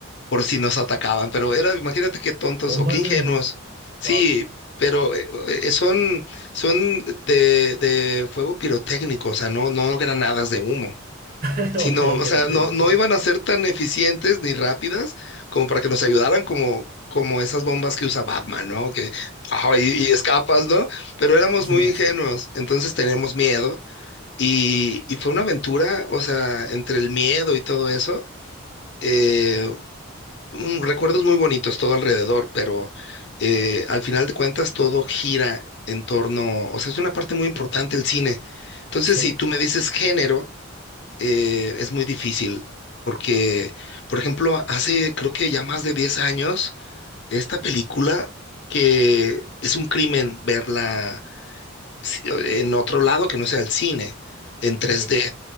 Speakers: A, on the left (about 55°); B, on the right (about 45°).
A: por si nos atacaban, pero era, imagínate qué tontos
B: Bombas
A: o qué ingenuos.
B: de humo.
A: Sí,
B: Wow.
A: pero eh, eh, son, son de, de fuego pirotécnico, o sea, no, no granadas de humo.
B: <laughs> Ok,
A: Sino, o
B: ok, entiendo,
A: sea, no,
B: entiendo.
A: no iban a ser tan eficientes ni rápidas como para que nos ayudaran como, como esas bombas que usa Batman, ¿no? Que, ah, y y escapas, ¿no? Pero éramos
B: Sí,
A: muy
B: sí,
A: ingenuos,
B: sí.
A: entonces teníamos miedo y, y fue una aventura, o sea, entre el miedo y todo eso, eh, mm, recuerdos muy bonitos todo alrededor, pero eh, al final de cuentas todo gira en torno, o sea, es una parte muy importante el cine. Entonces,
B: Sí,
A: si tú me dices género, eh, es muy difícil, porque, por ejemplo, hace creo que ya más de 10 años, esta película que es un crimen verla si- en otro lado que no sea el cine, en 3D
B: ok.